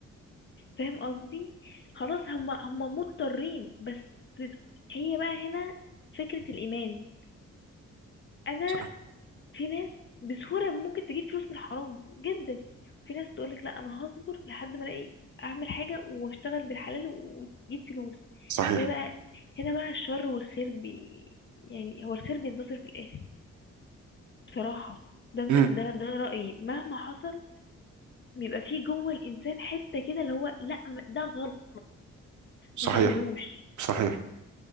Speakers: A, on the left; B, on the right.
A: فاهم قصدي خلاص هما هما مضطرين بس هي بقى هنا فكرة الإيمان أنا
B: صح-
A: في ناس بسهولة ممكن تجيب فلوس من الحرام جدا في ناس تقولك لا أنا هصبر لحد ما ألاقي أعمل حاجة وأشتغل بالحلال وتجيب فلوس
B: صحيح
A: هي بقى هنا بقى الشر والخير بي يعني هو الخير بينتصر في الآخر بصراحة ده م-
B: امم
A: ده ده رأيي مهما حصل بيبقى فيه جوه الإنسان حتة كده اللي هو لا م- ده غلط
B: صحيح
A: ما تعملوش
B: صحيح